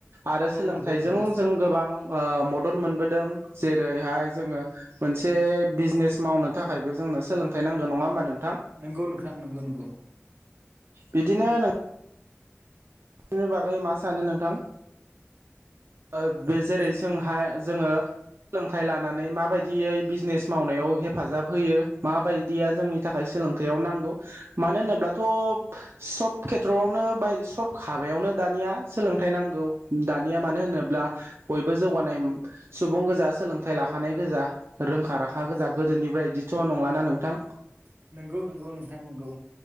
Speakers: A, on the right; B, on the right.
A: आरो सोलोंथाइजों
B: औ नंगौ नोंथां
A: जों गोबां। ओ मदद मोनबोदों जेरैहाय जोङो मोनसे बिजनेस मावनो थाखायबो जों। नो सोंलोंथाइ नांगो नङा होमबा नों
B: नंगौ नोंथां नंगौ नंगौ
A: बिदिनो नों बेनि बागै मा सानो नोंथां ओ
B: आं
A: बे
B: बेफोरनि
A: जेरै
B: बागै
A: जोंहा जोङो सोलोंथाइ लानानै माबायदियै बिजनेस मावनायाव हेफाजाब होयो माबायदिया जोंनि थाखाय थाखाय सोलोंथाइयाव नांगौ मानो होनोब्लाथ' सब खेथ्रआवनो बाय सब हाबायावनो दानिया सोलोंथाइ नांगौ दानिया मानो होनोब्ला बयबो जौगानाय सुबुं गोजा सोलोंथाइ लाखानाय गोजा रोंखा राखा
B: नंगौ
A: गोजा गोदोनिफ्राय बायदिथ' नंलाना नोंथां
B: नंगौ नंगौ नोंथां नंगौ